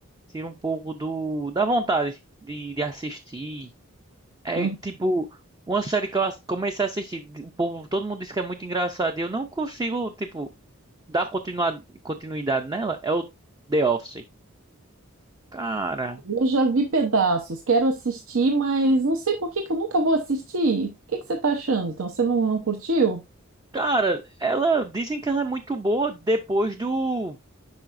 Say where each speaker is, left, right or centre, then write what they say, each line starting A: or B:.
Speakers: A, on the right; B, on the right.
A: tira um pouco do, da vontade de, de assistir. É
B: Hum.
A: tipo, uma série que eu ass- comecei a assistir, o povo, todo mundo diz que é muito engraçado e eu não consigo, tipo, dar continua- continuidade nela. É o The Office. Cara.
B: Eu já vi pedaços, quero assistir, mas não sei por que que eu nunca vou assistir. O que que você está achando? Então, você não, não curtiu?
A: Cara, ela dizem que ela é muito boa depois do